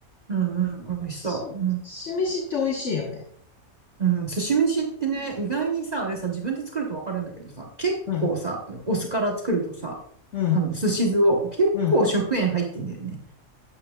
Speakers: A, on the right; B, on the left.
A: うんうん、美味しそう。
B: 寿司寿司飯って美味しいよね。
A: うん、うん、寿司飯ってね、意外にさ、あれさ、自分で作るとわかるんだけどさ、結構さ、
B: うん、
A: お酢から作るとさ、
B: うん、
A: あの、寿司酢を結構食塩入ってんだよね。
B: うん。